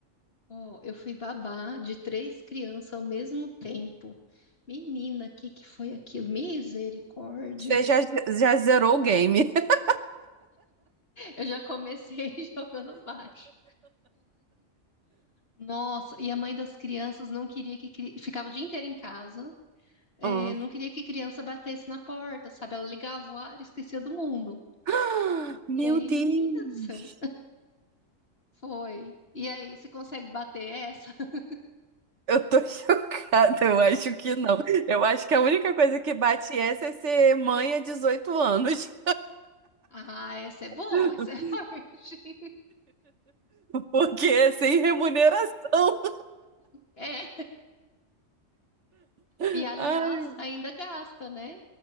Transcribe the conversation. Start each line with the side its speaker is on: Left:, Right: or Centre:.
Left: Ó, eu fui babá de três crianças ao mesmo tempo. Menina, o que que foi aquilo? Misericórdia!
Right: Você já, já zerou o game. <laughs>
Left: Eu já comecei <laughs> jogando baixo. Nossa, e a mãe das crianças não queria que cri... ficava o dia inteiro em casa, eh,
Right: Hum.
Left: não queria que criança batesse na porta, sabe? Ela ligava o ar e esquecia do mundo.
Right: <gasps> Meu
Left: E aí,
Right: Deus!
Left: menina do céu, foi. E aí, você consegue bater essa? <laughs>
Right: Eu tô <laughs> chocada, eu acho que não. Eu acho que a única coisa que bate essa é ser mãe há dezoito anos.
Left: Ah, essa é boa,
Right: <laughs>
Left: essa é <laughs> forte.
Right: Porque é sem remuneração.
Left: É.
Right: <laughs>
Left: E aliás,
Right: Ai.
Left: ainda gasta, né?